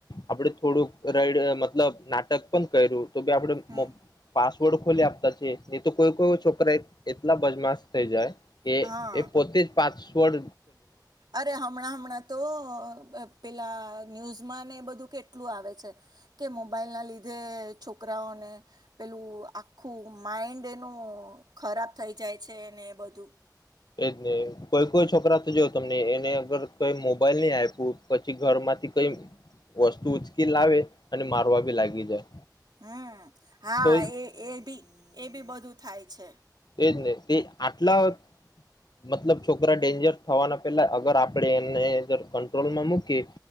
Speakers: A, on the left (about 75°); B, on the right (about 70°).
A: આપડે થોડુંક રઈડ મતલબ નાટક પણ કર્યું તો ભ આપડે
B: હમ
A: પાસવર્ડ ખોલી આપતા છે નહી તો કોઈ કોઈ છોકરા એટલા બજમાશ થઈ જાય એ
B: હા
A: એ પોતે જ પાંચ તોડ
B: અરે હમણાં હમણાં તો પેલા ન્યુઝમાં ને એ બધું કેટલું આવે છે કે મોબાઈલ ના લીધે છોકરાઓને પેલું આખું માઈન્ડ એનું ખરાબ થઈ જાય છે ને એ બધું
A: એજ નહી કોઈ કોઈ છોકરા તો જોવ તમને એને અગર કઈ મોબાઈલ નહી આપું પછી ઘર માંથી કઈ વસ્તુ ઉચકી લાવે અને મારવા ભી લાગી જાય
B: હમ હા
A: તો
B: એ એ બી એ બી બધું થાય છે
A: એજ નહી તે આટલા મતલબ છોકરા ડેન્જર થવાના પેલા અગર આપણેે એને કંટ્રોલમાં મૂકી